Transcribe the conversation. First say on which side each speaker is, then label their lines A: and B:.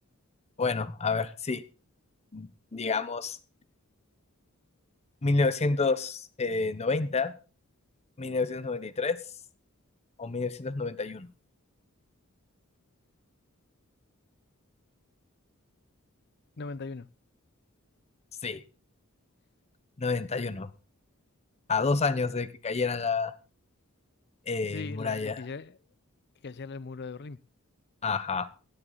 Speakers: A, on the left (about 30°); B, on the left (about 50°).
A: bueno, a ver, sí. Digamos, mil mil novecientos novecientos noventa, mil novecientos noventa y tres o 1991.
B: 91.
A: Sí, noventa y uno, A dos años de que cayera la eh,
B: Sí,
A: muralla.
B: la, la que ya que cayera el muro de Berlín.
A: Ajá.